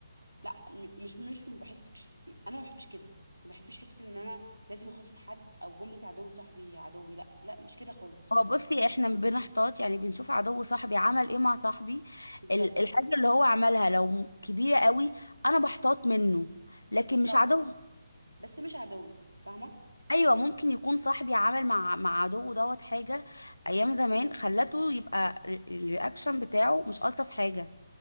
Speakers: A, on the right; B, on the left.
A: لا م- مش مش ما بحسش انا ما بحبش كده ما بحبش حته ان انا لازم اخاصم حد او جمله عدو صاحبي عدوي لا لا مش كده خالص
B: هو بصي احنا بنحتاط يعني بنشوف عدو صاحبي عمل ايه مع صاحبي
A: بالظبط
B: ال- الحاجه اللي هو عملها لو م- كبيره قوي انا بحتاط منه لكن
A: بالظبط
B: مش عدو
A: بس مش عدوي فاهمه
B: <laughs> ايوه ممكن يكون صاحبي عمل مع مع عدوه دوت حاجه ايام زمان خلته يبقى ر- الرياكشن بتاعه مش الطف حاجه